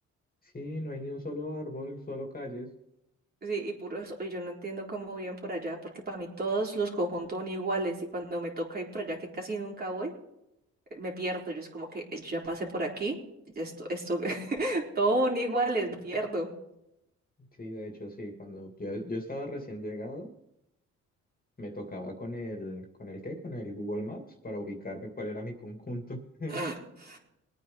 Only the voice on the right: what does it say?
Sí, y puro eso. Y yo no entiendo cómo viven por allá, porque para mí todos los conjuntos son iguales y cuando me toca ir por allá, que casi nunca voy, me pierdo. Yo es como que ya pasé por aquí, ya esto, esto, <laughs> todo son iguales, me pierdo.
<laughs>